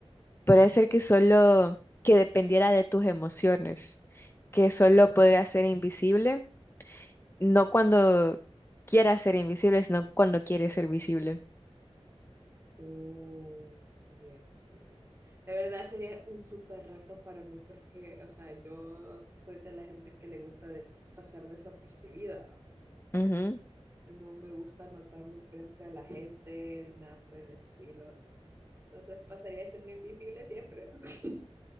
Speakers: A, on the left; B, on the right.
A: puede ser que solo que dependiera de tus emociones, que solo podrías ser invisible, no cuando quieras ser invisible, sino cuando quieres ser visible.
B: Uh, sería chido. De verdad sería un súper reto para mí porque, o sea, yo soy de la gente que le gusta de- pasar desapercibida.
A: Ujú.
B: No me gusta notarme frente a la gente ni nada por el estilo. Entonces pasaría siendo invisible siempre. <laughs>